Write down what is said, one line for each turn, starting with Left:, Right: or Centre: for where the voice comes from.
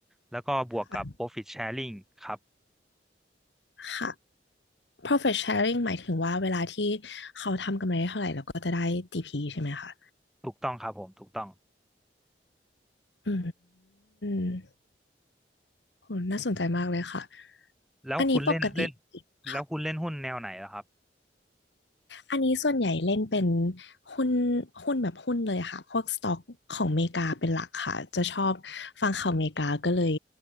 Centre: แล้วก็บวกกับ
Left: ค่ะ
Centre: profit sharing ครับ
Left: ค่ะ profit sharing หมายถึงว่าเวลาที่เขาทำกำไรได้เท่าไหร่เราก็จะได้จีพ p ใช่ไหมคะ
Centre: ถูกต้องครับผมถูกต้อง
Left: อืมโหน่าสนใจมากเลยค่ะ
Centre: แล้วคุณเล่นเล่น
Left: อันนี้ปกติค่ะ
Centre: แล้วคุณเล่นหุ้นแนวไหนล่ะครับ
Left: อันนี้ส่วนใหญ่เล่นเป็นหุ้น หุ้นแบบหุ้นเลยค่ะ พวกสต็อกของเมริกาเป็นหลักค่ะ จะชอบฟังข่าวเมริกาก็เลย